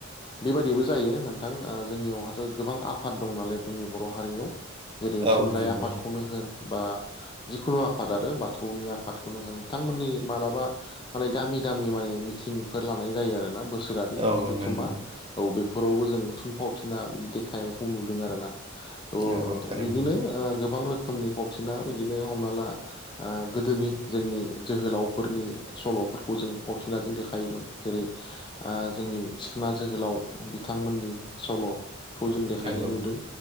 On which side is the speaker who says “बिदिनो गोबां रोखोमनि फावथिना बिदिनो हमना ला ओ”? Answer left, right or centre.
Left